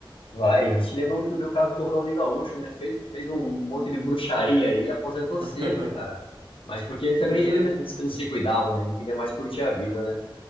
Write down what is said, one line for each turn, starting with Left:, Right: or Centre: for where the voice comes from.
Left: Vai, a gente lembra muito bem o caso do Ronaldinho Gaúcho, né? Fez, fez um monte de bruxaria aí, aposentou
Right: <laughs>
Left: cedo, cara. Mas porque ele também,
Right: Pois
Left: ele
Right: é,
Left: mesmo disse que não se cuidava, né? Ele queria mais curtir a vida, né?